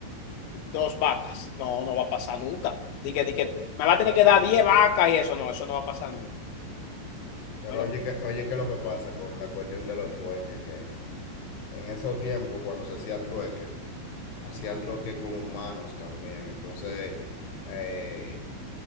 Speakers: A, on the left; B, on the left.
A: dos vacas, no, no va a pasar nunca. De que, de que me va a tener que dar diez vacas y eso no, eso no va a pasar nunca.
B: pero
A: Pero,
B: oye, que, oye, ¿qué es lo que pasa con la cuestión de los trueques? Que en esos tiempos, cuando se hacía trueque, hacían trueque con humanos también. Entonces, eh,